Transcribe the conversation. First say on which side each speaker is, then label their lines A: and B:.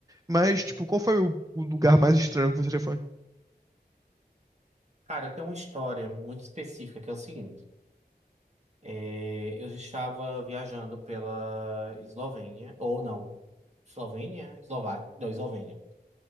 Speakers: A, on the right; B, on the right.
A: Mas, tipo, qual foi o, o lugar mais estranho que você já foi?
B: Cara, eu tenho uma história muito específica que é o seguinte. É, eu já estava viajando pela Eslovênia, ou não, Eslovênia? Eslováquia, não, Eslovênia.